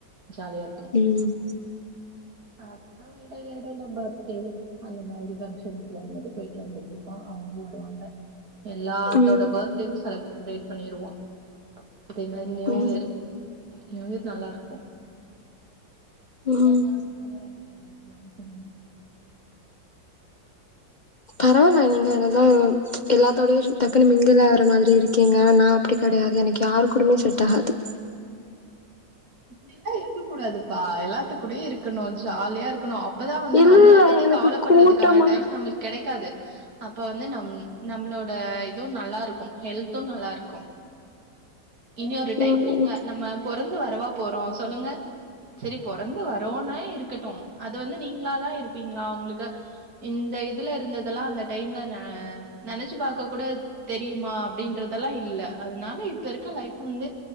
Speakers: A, on the right (about 55°); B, on the left (about 85°).
A: ஜாலியா இருக்கு
B: ம்
A: அப்றோ எடைல எடைல பர்த்டே அந்த மாதிரி பங்க்ஷன் அது மட்டு போய்ட்டு வந்துட்ருப்போ அவுங்ளு வருவாங்க எல்லாத்தோட
B: ம்
A: பர்த்டேவு செலப் ரேட் பண்ணிருவோ அதே மாரி நியூ
B: ம்
A: இயர் எங் ஊர் நல்லா இருக்கு எங்கருந்தாலு
B: ம்
A: ந்யூயர் அன்ன நா வந்து ஜாயின் பண்ணிடுவ
B: பரவாயில்ல நீங்க அததா எல்லாத்தோடையு டக்குன்னு மிங்குல் ஆற மாரி இருக்கீங்க நா அப்டி கடையாது எனக்கு யாரு கூடமே செட் ஆகாது
A: இப்டியெல்லா இருக்க கூடாதுப்பா எல்லாத்துக் கூடையு இருக்கணு ஜாலியா இருக்கணு அ ப்பதா வந்து
B: இல்ல
A: நம்மள பத்தி
B: எனக்கு
A: கவலப்பட்றதுக்கான
B: கூட்டமா
A: டைம் நம்மக் கெடைக்காது அப்ப வந்து நம் நம்ளோட இதுவு நல்லா இருக்கு ஹெல்த்து நல்லா இருக்கு இனி ஒரு டைம்
B: ம்
A: நீங் பொறந்து வரவா போறோ சொல்லுங்க செரி பொறந்து வரோனா இருக்கட்டு அது வந்து நீங்ளாதா இருப்பீங்ளா உங்களுக்கு இந்த இதுல இருந்ததெல்லா அந்த டைம்ல நா நெனச்சு பாக்கக் கூட தெரியுமா அப்டின்றதெல்லா இல்ல அதுனால இப்ப இருக்க லைஃப வந்து